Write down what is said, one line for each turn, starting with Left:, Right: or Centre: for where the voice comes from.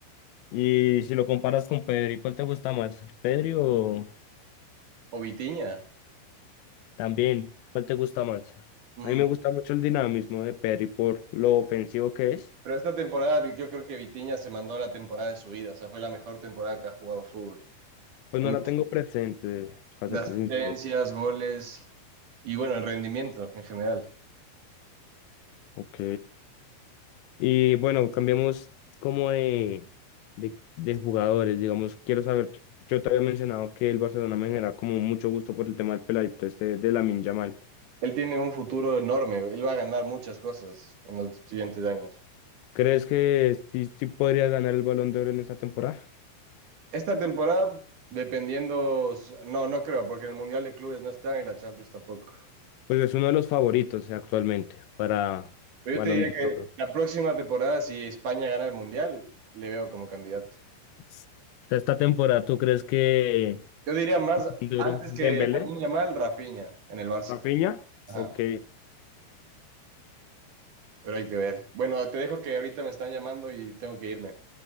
Left: Y si lo comparas con Pedri, ¿cuál te gusta más? ¿Pedri o,
Right: O Vitinha.
Left: También, ¿cuál te gusta más?
Right: Mm,
Left: A mí me gusta mucho el dinamismo de Perry por lo ofensivo que es.
Right: pero esta temporada yo creo que Vitinha se mandó la temporada de su vida. O sea, fue la mejor temporada que ha jugado fútbol.
Left: Pues
Right: En
Left: no la tengo presente, para
Right: de
Left: ser
Right: asistencias,
Left: sincero.
Right: goles y bueno, en rendimiento en general.
Left: Ok. Y bueno, cambiamos como de, de, de jugadores, digamos. Quiero saber, yo te había mencionado que el Barcelona me genera como mucho gusto por el tema del peladito este de Lamine Yamal.
Right: Él tiene un futuro enorme. Él va a ganar muchas cosas en los siguientes años.
Left: ¿Crees que sí, sí podría ganar el Balón de Oro en esta temporada?
Right: Esta temporada, dependiendo, s- no, no creo, porque el Mundial de Clubes no está y la Champions tampoco.
Left: Pues es uno de los favoritos eh, actualmente para
Right: Pero
Left: Balón
Right: yo te diría
Left: de
Right: que
Left: Oro.
Right: la próxima temporada, si España gana el Mundial, le veo como candidato.
Left: Esta esta temporada, ¿tú crees que
Right: Yo diría más
Left: duro
Right: antes
Left: Dembélé,
Right: que Lamine Yamal, Rafinha en el Barça.
Left: Rafinha?
Right: Ajá,
Left: Ok,
Right: pero hay que ver. Bueno, te dejo que ahorita me están llamando y tengo que irme.